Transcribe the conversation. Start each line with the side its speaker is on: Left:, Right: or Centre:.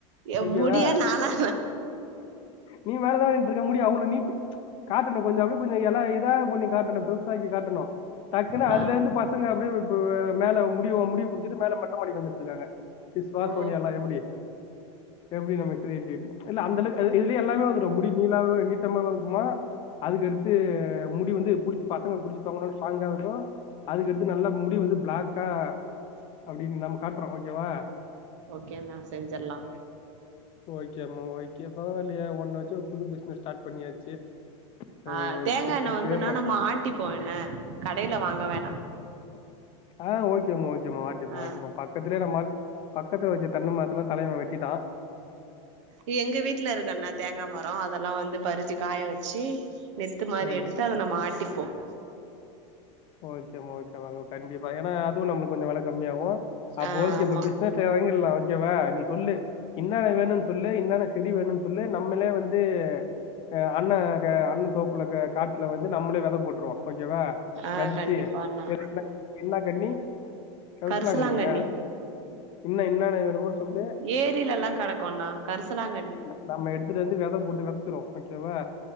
Right: எ
Left: ஓகேவா
Right: முடிய நானா
Left: நீ மேலதானின்ட்ருக்க முடி அவ்ளோ நீட்டு காட்டணு கொஞ்ச அப்டி கொஞ்ச எல இதா பண்ணி காட்டணு பெருசாக்கி காட்டணு டக்குன்னு
Right: ஆ
Left: அதுல இருந்து பசங்க அப்டி <unintelligible> மேல முடியு ஓ முடிய புடிச்சிட்டு மேல மெட்ட மாடிக்கு வந்துட்ருக்காங்க விஷ்வா
Right: ஓ
Left: சோனியா லா எப்டி எப்டி நம்ம க்ரியேட்டிவிட்டி இல்ல அந்தளவுக் இ இதுலயே எல்லாமே வந்துடு முடி நீளாவா நீட்டமாவா இருக்குமா அதுக்கடுத்து முடி வந்து புடிச்சு பசங்க புடிச்சுபாங்கனு ஒரு ஸ்ட்ராங்காவட்டு அதுக்கடுத்து நல்ல முடி வந்து பிளாக்கா அப்டின் நம் காட்றோ ஓகேவா
Right: ஓகேங்க செஞ்சிர்லா
Left: ஓகே அம்மு ஓகே பரவாலியே ஒண்ண வச்சு ஒரு புது பிசினஸ் ஸ்டார்ட் பண்ணியாச்சு சரி
Right: ஆ
Left: ஓகே
Right: தேங்காய் எண்ண
Left: இப்பயே
Right: வந்துன்னா
Left: ப
Right: நம்ம ஆட்டிப்போ என்ன கடைல வாங்க வேணா
Left: ஆ ஓகே அம்மு ஓகே அம்மு ஆட்டிப்போ
Right: ஆ
Left: ஆட்டிப்போ பக்கத்லே நம்ம ஆள் பக்கதுல வச்ச தென்ன மரத்த எல்லா தலைவ வெட்டிடா
Right: இ எங்க வீட்ல இருக்கு அண்ணாத் தேங்கா மரோ அதெல்லா வந்து பறிச்சு காய வச்சு நெத்து மாரி
Left: ஆ
Right: எடுத்து அத நம்ம ஆட்டிப்போ <inaudible>
Left: ஓகே மா ஓகே மா கண்டிப்பா ஏனா அதுவு நம்ளுக்கு கொஞ்சோ வெல கம்மியாகு அப்ப
Right: ஆ
Left: ஓகே
Right: ஆமா
Left: பப்பிஸ் என்ன அத்த வாங்கிர்லா ஓகேவா நீ சொல்லு இன்னன்ன வேணு சொல்லு இன்னென்ன செடி வேணு சொல்லு நம்ளே வந்து எ அண்ண க அண்ண தோப்ல க காட்ல வந்து நம்ளே வெத போட்ருவோ ஓகே வா
Right: ஆ
Left: கடிச்சி
Right: கண்டிப்பா அண்ணா
Left: <unintelligible> என்ன கண்ணி கரிசலாகண்ணியா
Right: கரிசலாங்கண்ணி
Left: இன்ன இன்னென்ன வேணுமோ சொல்லு
Right: ஏரிலெல்லா கடக்குணா கரிசலாங்கண்ணி
Left: ந நம்ம எடுத்துட்டு வந்து வெத போட்டு வெதச்சிருவோ ஓகேவா